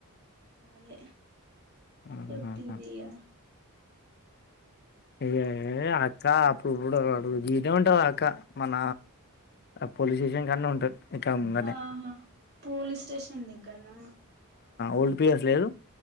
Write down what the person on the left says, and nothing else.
ఆహాహా
ఏ అక్క అప్పుడు ఇప్పుడు గీడ ఉంటంది అక్క మన పోలీస్ స్టేషన్ కన్నా ఉంటది ఎక్క ముంటనేే
ఓల్డ్ పిఎస్ లేదు